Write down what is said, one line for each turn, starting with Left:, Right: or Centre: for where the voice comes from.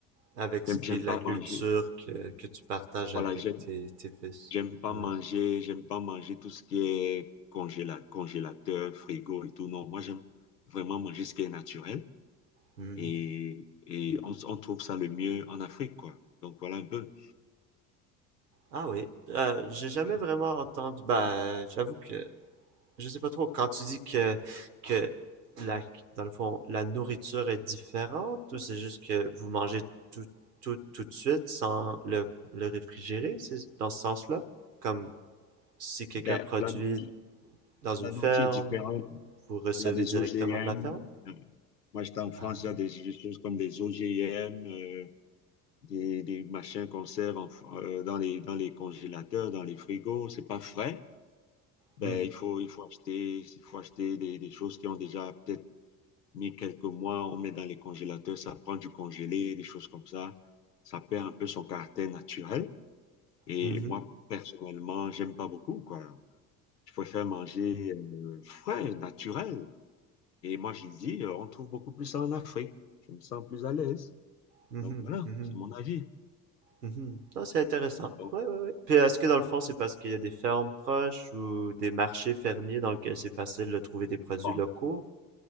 Right: Avec
Left: j'aime,
Right: ce qui
Left: j'aime
Right: est de
Left: pas
Right: la culture
Left: manger.
Right: que, que tu partages
Left: Voilà,
Right: avec
Left: j'aime,
Right: tes, tes fils.
Left: j'aime pas
Right: Ouais.
Left: manger, j'aime pas manger tout ce qui est congéla- congélateur, frigo et tout. Non, moi, j'aime vraiment manger ce qui est naturel
Right: Mhm.
Left: et, et on, on trouve ça le mieux en Afrique, quoi. Donc voilà un peu.
Right: Ah oui. Euh, j'ai jamais
Left: Voilà.
Right: vraiment entendu. Ben, j'avoue que je sais pas trop. Quand tu dis que que la, dans le fond, la nourriture est différente, ou c'est juste que vous mangez tout tout tout de suite sans le le réfrigérer, c'est dans ce sens-là? Comme Si quelqu'un
Left: Ben,
Right: produit
Left: la nourriture,
Right: dans une
Left: la
Right: ferme,
Left: nourriture est différente.
Right: vous recevez
Left: Il y a des
Right: directement
Left: OGM.
Right: de la ferme?
Left: euh, Moi, j'étais en France,
Right: Ah.
Left: il y a des choses comme des OGM. euh, des, des machins qu'on sert en- euh, dans les, dans les congélateurs, dans les frigos, c'est pas frais. Ben,
Right: Hmm.
Left: il faut, il faut acheter, il faut acheter des, des choses qui ont déjà peut-être mis quelques mois, on met dans les congélateurs, ça prend du congelé, des choses comme ça. Ça perd un peu son caractère naturel. Et
Right: Mhm.
Left: moi, personnellement, j'aime pas beaucoup, quoi. Je préfère manger euh, frais, naturel. Et moi, je le dis, euh, on trouve beaucoup plus ça en Afrique. Je me sens plus à l'aise.
Right: Mhm.
Left: Donc voilà,
Right: Mhm.
Left: c'est mon avis.
Right: Mhm. Non, c'est intéressant.
Left: Donc,
Right: Oui, oui, oui. Puis est-ce que dans le fond, c'est parce qu'il y a des fermes proches ou des marchés fermiers dans lesquels c'est facile de trouver des produits
Left: bon,
Right: locaux?